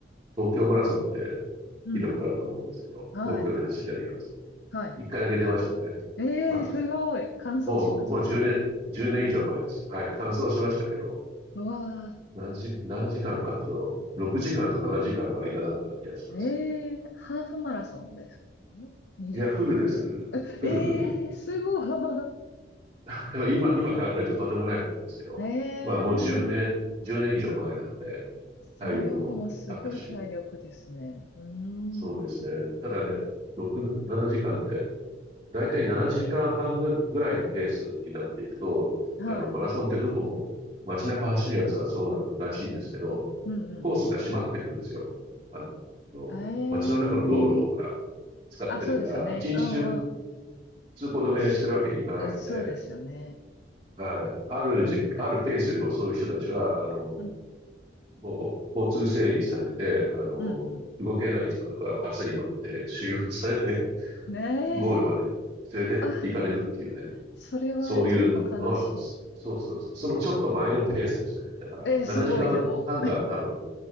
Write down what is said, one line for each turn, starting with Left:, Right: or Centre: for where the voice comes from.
Right: 東京マラソンって
Left: うん。
Right: 聞いたことあると思うんですけど、
Left: はい。
Right: 東京で走りやるやつ。
Left: はい。
Right: 一回だけ出ましたね。
Left: ええ、
Right: はい。
Left: すごい。完走しましたか
Right: もう、もう10年、1年以上前です。はい。完走しましたけど、
Left: うわ
Right: 何時、何時間かと、6時間と7時間の間だった気がしますよね。
Left: ええーハーフマラソンですかん ?20
Right: いや、フルです、
Left: キロぐらい。
Right: フル。
Left: <laughs>
Right: フル、
Left: ええーすごい。
Right: フル。<laughs> 今、今考えるととんでもないことですけど、
Left: <laughs> ええー
Right: まあもう10年、10年以上前なので、
Left: それはでもすごい体力ですね。
Right: 体力もあったし、
Left: うーん。
Right: そうですね。ただね、6、7時間って、だいたい7時間半ぐぐらいのペースになっていくと、
Left: はい。
Right: あの、マラソンってどこも街中走るやつはそうならしいんですけど、
Left: うんうんうん。
Right: コースが閉まっていくんですよ。あの、
Left: ええ
Right: 街の中の道路をほら、
Left: ー
Right: 使ってるから、
Left: あ、そうですよね。
Right: 一日中
Left: うんうん。
Right: 通行止めしてるわけにいかないので、
Left: しそうですよね。
Right: はい。あるじ、あるペースより遅い人たちは、あの、
Left: うん。
Right: もう交通整理されて、あの、
Left: うん
Right: 動けない人とかはバスに乗って修行されて、
Left: うん。ええ
Right: ゴールまで連れて行かれるっていうね。
Left: あ、それはちょっと悲しい。
Right: そういうのの、そうそうそう、そのちょっと前のペースですね。だから、
Left: えーすごい、
Right: 7時間半が多分、
Left: でも。